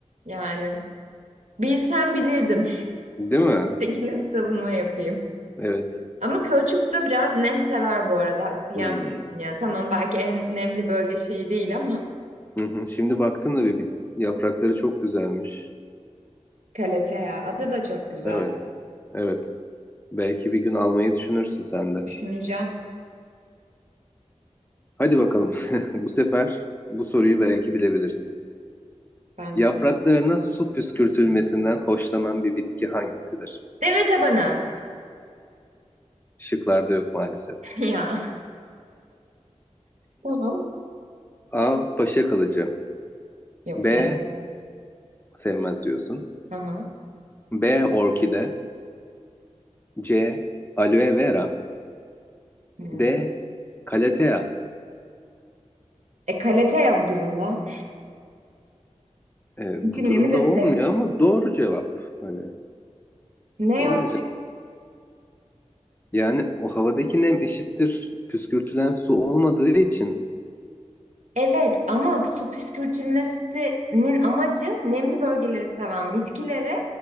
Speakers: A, on the right; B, on the left.
A: Yani bilsem bilirdim.
B: Değil mi?
A: <laughs> Tekinde bir savunma yapayım.
B: Evet.
A: Ama kauçuk da biraz nem sever bu arada. Haklı yenmezsin
B: Hmm.
A: yani. Tamam belki en nemli bölge şeyi değil ama
B: Hı hı. Şimdi baktım da bir, bir yaprakları çok güzelmiş.
A: kaletea. Adı da çok güzel.
B: Evet. Evet. Belki bir gün almayı düşünürsün sen de.
A: Düşüneceğim
B: Hadi bakalım. <laughs> Bu sefer bu soruyu belki bilebilirsin.
A: ben.
B: Yapraklarına su püskürtülmesinden hoşlanan bir bitki hangisidir?
A: Deve tabanı.
B: Şıklarda yok maalesef.
A: <laughs> Ya. Tamam.
B: A. Paşa kalıcı.
A: Yok
B: B.
A: sevmem.
B: Sevmez diyorsun.
A: Hı hı.
B: B. Orkide. C. Aloe vera.
A: Hmm.
B: D. Kalatea.
A: E kaletea bu durumda.
B: Ee,
A: Çünkü
B: bu durumda
A: nemi de
B: olmuyor
A: sev...
B: ama doğru cevap. Hani
A: Ne
B: doğru
A: o?
B: cevap. Yani o havadaki nem eşittir. Püskürtülen su olmadığı için.
A: Evet ama su püskürtülmesinin amacı nemli bölgeleri seven bitkilere